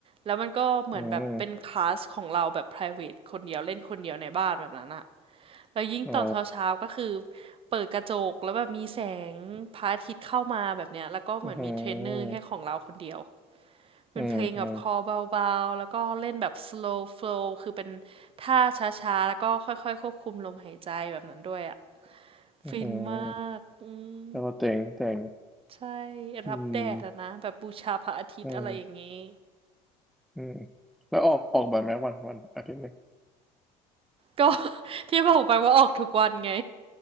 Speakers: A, on the right (about 35°); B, in the centre.
A: แล้วมันก็เหมือนแบบเป็นคลาสของเราแบบ
B: อืม
A: private คนเดียวเล่นคนเดียวในบ้านแบบนั้นอะ แล้วยิ่งตอนเช้าๆก็คือ
B: อ๋อ
A: เปิดกระจกแล้วแบบมีแสงพระอาทิตย์เข้ามาแบบเนี้ยแล้วก็เหมือนมีเทรนเนอร์แค่ของเราคนเดียว
B: อือหือ
A: เป็นเพลงแบบคอเบาๆแล้วก็เล่นแบบ
B: อืมอืม
A: slow flow คือเป็นท่าช้าๆแล้วก็ค่อยๆควบคุมลมหายใจแบบนั้นด้วยอ่ะ
B: อืม
A: ฟินมากอืม
B: แล้วก็เจ๋งเจ๋ง
A: ใช่
B: อืม
A: รับแดดอะนะแบบบูชาพระอาทิตย์อะไรอย่างงี้
B: อืมอืมแล้วออกออกบ่อยไหมวันวันอาทิตย์หนึ่ง
A: ก็ <laughs> ที่บอกไปว่าออกทุกวันไง